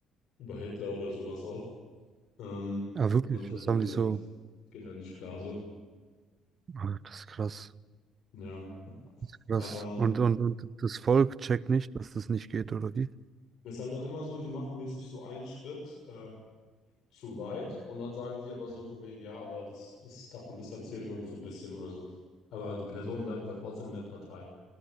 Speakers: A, on the left (about 65°); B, on the right (about 40°).
A: über Hitler oder sowas auch. Ähm,
B: Ah, wirklich,
A: wo man sich halt
B: was
A: denkt,
B: haben die
A: so,
B: so?
A: ja, das, das geht halt nicht klar so.
B: Ah, das ist krass.
A: Ja,
B: Das ist krass.
A: aber
B: Und, und, und das Volk checkt nicht, dass das nicht geht, oder wie?
A: ist halt dann immer so, die machen mäßig so einen Schritt äh, zu weit und dann sagen sie aber so von wegen, ja, aber das, das, davon distanzieren wir uns so ein bisschen oder so. Aber die Person bleibt dann trotzdem in der Partei.